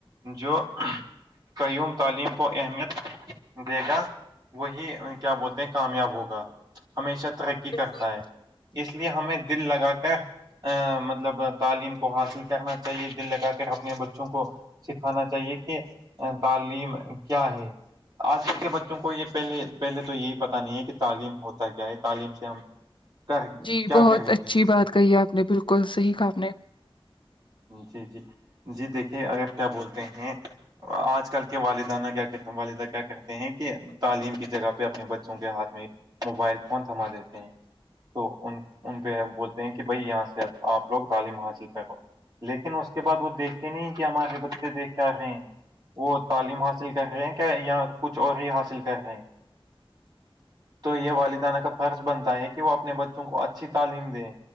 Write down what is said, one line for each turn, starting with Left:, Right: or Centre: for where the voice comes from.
Right: جو قیوم تعلیم کو اہمیت دے گا وہی کیا بولتے ہیں کامیاب ہوگا ہمیشہ ترقی
Left: بالکل
Right: کرتا ہے اس لیے ہمیں دل لگا کر ا مطلب تعلیم کو حاصل کرنا چاہیے دل لگا کر اپنے بچوں کو سکھانا چاہیے کہ تعلیم کیا ہے آج کل کے بچوں کو یہ پہلے پہلے تو یہی پت نہیں ہے کہ تعلیم ہوتا کیا ہے تعلیم سے ہم کر کیا
Left: جی بہت
Right: کریں
Left: اچھی
Right: گے
Left: بات کہی آپ نے بالکل صحیح کہاپ نے
Right: جی جی جی دیکھیے اگر کیا بولتے ہیں آج کل کے والدینہ کیا کہتے والدہ کیا کہتے ہیں کہ تعلیم کی جگہ پہ اپنے بچوں کے ہاتھ میں موبائل فون تھما دیتے ہیں تو ان ان پہ بولتے ہیں کہ بھائی یہاں سے آپ لوگ تعلیم حاصل کرو لیکن اس کے بعد وہ دیکھتے نہیں کہ ہمارے بچے دیکھ آ رہے ہیں وہ تعلیم حاصل کر رہے ہیں کیا یا کچھ اور ہی حاصل کر رہے ہیں تو یہ والدینہ کا فرض بنتا ہے کہ وہ اپنے بچوں کو اچھی تعلیم دیں